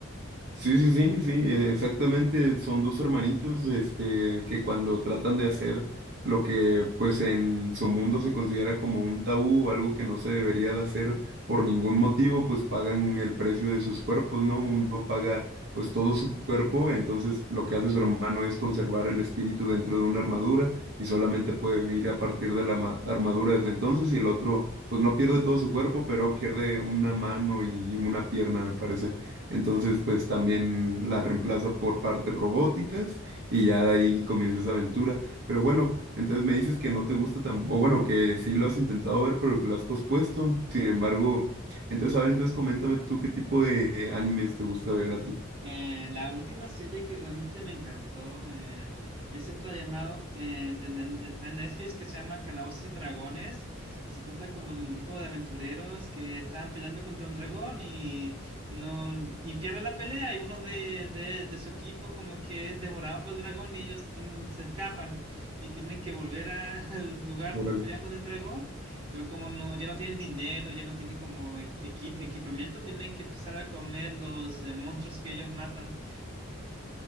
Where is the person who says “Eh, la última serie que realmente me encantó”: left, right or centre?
Right